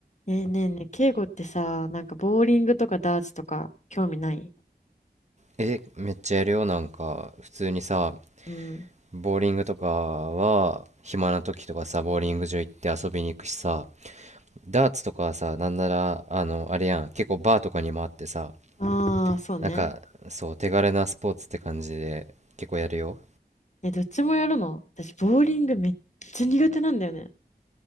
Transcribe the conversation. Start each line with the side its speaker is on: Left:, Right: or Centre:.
Left: ねえねえねえ、敬語ってさ、なんかボーリングとかダーツとか興味ない
Right: え、めっちゃやるよ。なんか、普通にさ、
Left: うん。
Right: ボーリングとかは、暇な時とかさ、ボーリング場行って遊びに行くしさ、ダーツとかはさ、なんなら、あの、あれやん、結構バーとかにもあってさ、
Left: ああ、そうね。
Right: なんか、そう、手軽なスポーツって感じで、結構やるよ。
Left: え、どっちもやるの私、ボーリングめっちゃ苦手なんだよね。